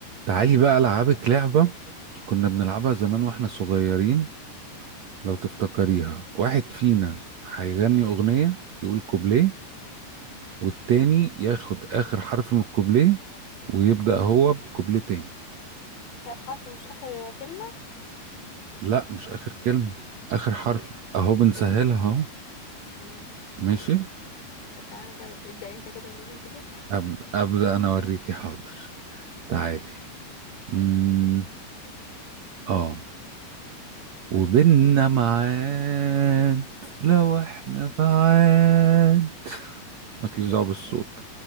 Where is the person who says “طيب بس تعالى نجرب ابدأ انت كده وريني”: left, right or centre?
Left